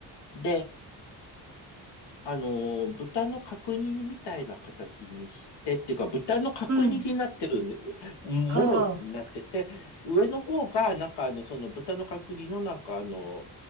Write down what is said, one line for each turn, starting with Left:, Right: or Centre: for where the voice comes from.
Left: で、あの、豚の角煮みたいな形にして、っていうか、豚の角煮になってるんで、
Right: うん。
Left: もろになってて、
Right: はあ。
Left: 上の方が、なんかあの、その豚の角煮のなんかあの、